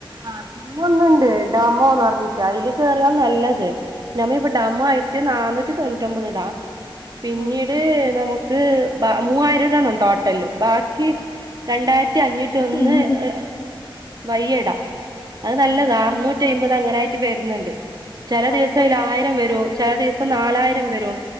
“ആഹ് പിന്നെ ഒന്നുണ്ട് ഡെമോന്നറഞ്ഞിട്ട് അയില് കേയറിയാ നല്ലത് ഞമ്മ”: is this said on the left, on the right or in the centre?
Right